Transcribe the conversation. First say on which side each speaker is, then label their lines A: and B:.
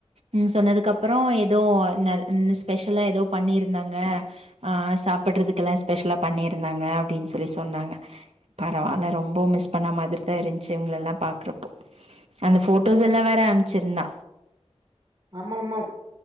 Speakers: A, on the right; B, on the right.
A: ம் சொன்னதுக்கு அப்பறோ எதோ நர் இன்னு ஸ்பெஷலா எதோ பண்ணியிருந்தாங்க ஆ சாப்புட்றதுக்கு எல்லா ஸ்பெஷலா பண்ணி இருந்தாங்க அப்டின்னு சொல்லி சொன்னாங்க பரவால்ல ரொம்ப மிஸ் பண்ண மாதிரி தா இருந்துச்சு இவுங்களெல்லா பார்க்குறப்போ அந்த போட்டோஸ்
B: அது
A: எல்லா வேற அனுப்ச்சிருந்தா
B: ஆமா ஆமா